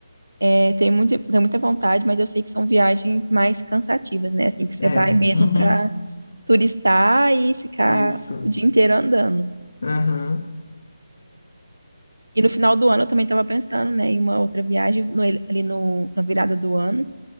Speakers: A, on the right; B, on the left.
A: É, tenho muito, tenho muita vontade, mas eu sei que são viagens mais cansativas, né? Assim, que você
B: É,
A: vai mesmo
B: uhum,
A: para turistar e ficar
B: isso.
A: o dia inteiro andando.
B: Uhum,
A: E no final do ano eu também estava pensando, né, em uma outra viagem no- ali no, na virada do ano.